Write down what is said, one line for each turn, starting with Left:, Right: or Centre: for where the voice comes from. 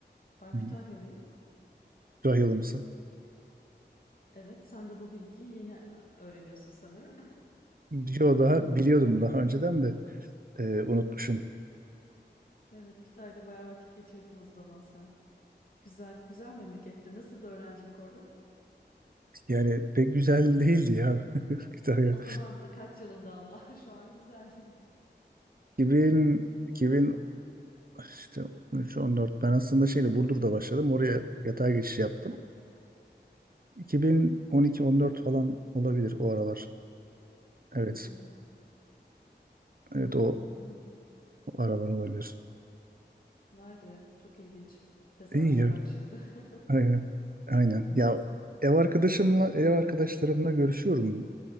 Left: Ben
Right: Hı.
Left: Kütahyalıyım.
Right: Kütahyalı mısın?
Left: Evet, sen de bu bilgiyi yeni öğreniyorsun sanırım.
Right: Yo daha biliyordum daha önceden de e, unutmuşum.
Left: <laughs> Hı, evet, Kütahya'da bayağı vakit geçirdin o zaman sen. Güzel, güzel memlekettir. Nasıl da öğrencilik orada?
Right: Yani pek güzel değildi ya <laughs> Kütahya.
Left: O zaman da kaç yılında ama <laughs> şu an güzel. <laughs>
Right: 2000, 2000 işte 13-14 ben aslında şeyle Burdur'da başladım. Oraya yatay geçiş yaptım. 2012-14 falan olabilir o aralar. Evet.
Left: Hmm,
Right: Evet o,
Left: anladım.
Right: o aralar olabilir.
Left: Vay be, çok ilginç. Tesadüfe
Right: İyi ya.
Left: bak şimdi. <laughs>
Right: Aynen. Aynen. Ya ev arkadaşımla ev arkadaşlarımla görüşüyorum